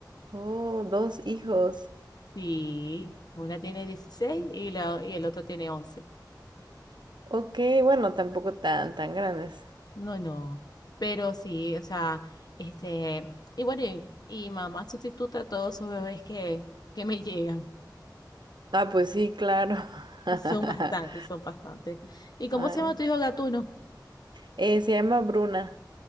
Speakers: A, on the right; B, on the left.
A: Oh, dos hijos.
B: Sí, una tiene 16 y, la, y el otro tiene once,
A: Ok, bueno, tampoco tan, tan grandes.
B: No, no, pero sí, o sea, este, y bueno, y, y mamá sustituta a todos sus bebés que, que me llegan.
A: Ah, pues sí, claro. <laughs>
B: Son bastantes, son bastantes. ¿Y cómo
A: Ay.
B: se llama tu hijo Gatuno?
A: Eh, se llama Bruna.